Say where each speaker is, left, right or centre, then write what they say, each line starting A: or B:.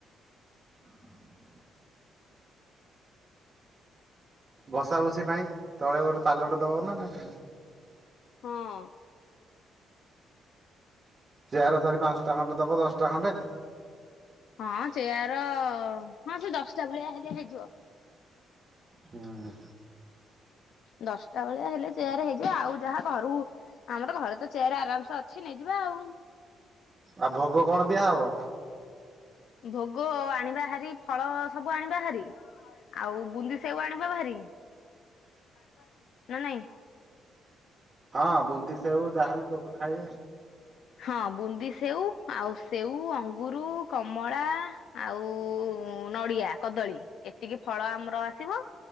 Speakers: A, on the right; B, on the left.
A: ହ <inaudible> ବସା ବସି ପାଇଁ ତଳେ ଗୋଟେ ପାଲଟ ଦବ ନା ନାହିଁ ପୁଣି।
B: ହଁ।
A: ଚେୟାର ଚାରି ପାଞ୍ଚଟା ଖଣ୍ଡେ ଦବ ଦଶଟା ଖଣ୍ଡେ।
B: ହଁ ଚେୟାର ହଁ ସେ ଦଶଟା ଭଳିଆ ହେଲେ ହେଇଯିବ।
A: ହୁଁ।
B: ଦଶଟା ଭେଳିଆ ହେଲେ ଚେୟାର ହେଇଯିବ ଆଉ ଯାହା ଘରୁ ଆମର ଘରେ ତ ଚେୟାର ଆରାମସେ ଅଛି ନେ ହେ ଯିବା ଆଉ।
A: ଆଉ ଭୋଗ କଣ ଦିଆହବ?
B: ଭୋଗ ଆଣିବା ହାରି ଫଳ ସବୁ ଆଣିବା ହାରି। ଆଉ ବୁନ୍ଦି ସେଓ ଆଣିବା ହାରି ନା ନାଇଁ।
A: ହଁ ବୁନ୍ଦୀ ସେଓ ଯାହାହେଲେ ଲୋକ ଖାଇବେ।
B: ହଁ ବୁନ୍ଦି ସେଉ ଆଉ ସେଉ ଅଙ୍ଗରୁ କମଳା ଆଉ ନଡିଆ କଦଳୀ ଏତିକି ଫଳ ଆମର ଆସିବ।